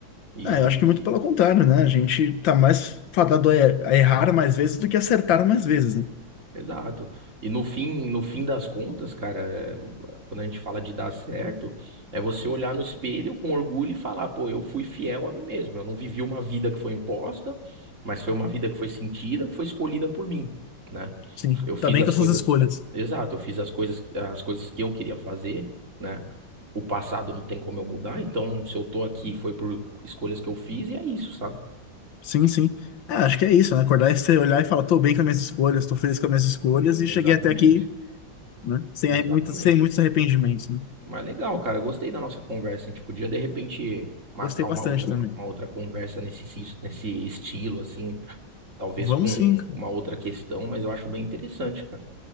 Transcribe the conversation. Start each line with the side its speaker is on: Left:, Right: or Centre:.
Right: E
Left: Ah, eu acho que muito pelo contrário, né? A gente tá mais fadado a er- a errar mais vezes do que acertar mais vezes, né?
Right: Exato. E no fim, no fim das contas, cara, é, quando a gente fala de dar certo, é você olhar no espelho com orgulho e falar, pô, eu fui fiel a mim mesmo. Eu não vivi uma vida que foi imposta, mas foi uma vida que foi sentida, que foi escolhida por mim, né?
Left: Sim,
Right: Eu fiz
Left: tá bem
Right: as
Left: com as
Right: coisas,
Left: suas escolhas.
Right: exato, eu fiz as coisas, as coisas que eu queria fazer, né? O passado não tem como eu mudar, então se eu tô aqui foi por escolhas que eu fiz e é isso, sabe?
Left: Sim, sim. É, acho que é isso, né? Acordar e você olhar e falar, tô bem com as minhas escolhas, tô feliz com as minhas escolhas e cheguei
Right: Exatamente.
Left: até aqui, né? Sem,
Right: Exatamente.
Left: arre- muito, sem muitos arrependimentos, né?
Right: Mas legal, cara. Gostei da nossa conversa. A gente podia, de repente, marcar
Left: Gostei
Right: uma
Left: bastante
Right: outra,
Left: também.
Right: uma outra conversa nesse, sis- nesse estilo, assim, talvez
Left: Vamos
Right: com
Left: sim.
Right: uma outra questão, mas eu acho bem interessante, cara.